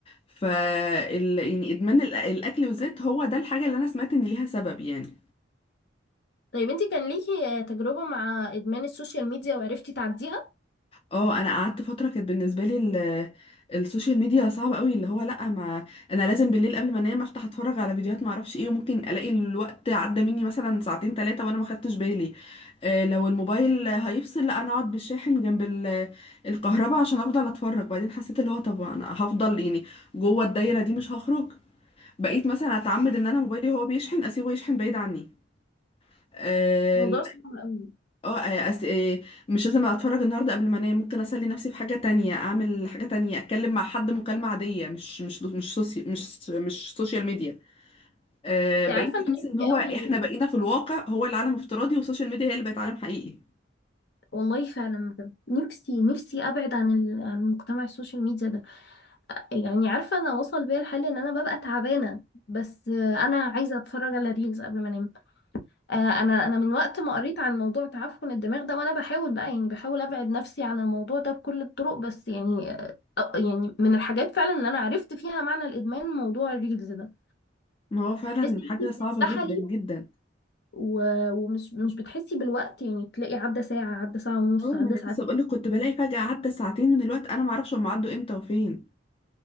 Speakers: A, on the left; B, on the left.
A: ف ال... يعني ادمان الأ- الاكل بالذات هو ده الحاجة اللي انا سمعت ان ليها سبب يعني
B: طيب انتي كان ليكي آه، تجربة مع إدمان السوشيال ميديا وعرفتي تعديها؟
A: اه انا قعدت فتره كانت بالنسبه لي ال- السوشيال ميديا صعبه قوي اللي هو لا ما انا لازم بالليل قبل ما انام افتح اتفرج على فيديوهات ما اعرفش ايه وممكن الاقي الوقت عدى مني مثلا ساعتين ثلاثه وانا ما خدتش بالي آه لو الموبايل هيفصل لا انا اقعد بالشاحن جنب ال- الكهرباء عشان افضل اتفرج بعدين حسيت اللي هو طب انا هفضل يعني جوه الدايره دي مش هخرج بقيت مثلا اتعمد ان انا موبايلي هو بيشحن اسيبه يشحن بعيد عني آه،
B: موضوع صعب أوي
A: اه آه، أس... آه، مش لازم اتفرج النهارده قبل ما انام ممكن اسلي نفسي في حاجه تانية اعمل حاجه تانية اتكلم مع حد مكالمه عاديه مش مش مش سوسي... مش مش سوشيال ميديا أه
B: انتي
A: بقيت
B: عارفة أنا
A: احس
B: نفسي
A: ان هو
B: أوي
A: احنا بقينا في الواقع هو العالم افتراضي والسوشيال ميديا هي اللي بقت عالم حقيقي
B: والله فعلا بجد نفسي نفسي أبعد عن ال- عن مجتمع السوشيال ميديا ده يعني عارفة أنا وصل بيا الحال إن أنا ببقى تعبانة بس آه، أنا عايزة أتفرج على ريلز قبل ما أنام آه، انا انا من وقت ما قريت عن موضوع تعفن الدماغ ده وانا بحاول بقى يعني بحاول ابعد نفسي عن الموضوع ده بكل الطرق بس يعني آه، أو- يعني من الحاجات فعلا اللي انا عرفت فيها معنى الادمان موضوع الريلز ده
A: ما هو فعلا
B: تحسي ان
A: حاجه
B: انت
A: صعبه
B: بتتسحلي
A: جدا جدا
B: و- ومش مش بتحسي بالوقت يعني تلاقي عدى ساعة عدى ساعة ونص
A: اه
B: عدى
A: ما انا
B: ساعتين
A: لسه بقول لك كنت بلاقي فجاه عدى ساعتين من الوقت انا ما اعرفش هم عدوا امتى وفين